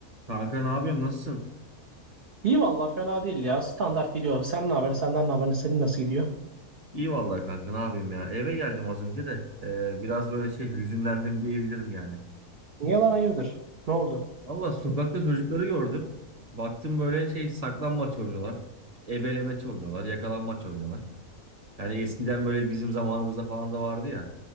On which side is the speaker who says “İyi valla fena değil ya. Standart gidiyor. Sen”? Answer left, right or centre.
Right